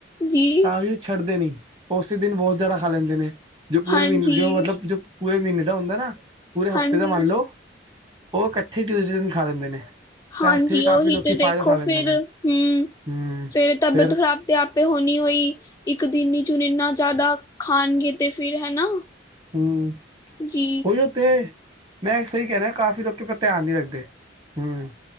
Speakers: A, on the left; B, on the right.
A: ਜੀ
B: ਤਾਂ ਵੀ ਉਹ ਛੱਡਦੇ ਨਈ, ਉਸੇ ਦਿਨ ਬਹੁਤ ਜ਼ਿਆਦਾ ਖਾ ਲੈਂਦੇ ਨੇ ਜੋ ਪੂਰੇ
A: ਹਾਂਜੀ
B: ਮਹੀਨੇ ਜੋ ਮਤਲਬ ਜੋ ਪੂਰੇ ਮਹੀਨੇ ਦਾ ਹੁੰਦਾ ਨਾ ਪੂਰੇ ਹਫ਼ਤੇ
A: ਹਾਂਜੀ
B: ਦਾ ਮੰਨ ਲਓ ਉਹ ਇਕੱਠੇ ਟਿਊਜ਼ਡੇ ਨੂ ਖਾ ਲਿੰਦੇ ਨੇ। ਤਾਂ
A: ਹਾਂਜੀ
B: ਇੱਥੇ ਵੀ ਕਾਫ਼ੀ
A: ਉਹੀ
B: ਲੋਕੀ
A: ਤੇ ਦੇਖੋ
B: ਫਾਇਦਾ ਉਠਾ ਲੈਂਦੇ
A: ਫੇਰ
B: ਨੇ
A: ਹੂੰ,
B: ਹਮ
A: ਫੇਰ ਤਬੀਅਤ
B: ਫਿਰ
A: ਖ਼ਰਾਬ ਤੇ ਆਪੇ ਹੋਣੀ ਹੋਈ ਇੱਕ ਦਿਨ ਚੁਣ ਇਨਾ ਜ਼ਿਆਦਾ ਖਾਣਗੇ ਤੇ ਫਿਰ ਹਨਾ
B: ਹੂੰ
A: ਜੀ।
B: ਉਈਏ ਤੇ ਮੈਂ ਸਹੀ ਕਹਿਣਾ ਕਾਫ਼ੀ ਲੋਕੀ ਪਰ ਧਿਆਨ ਨੀ ਰੱਖਦੇ ਹੂੰ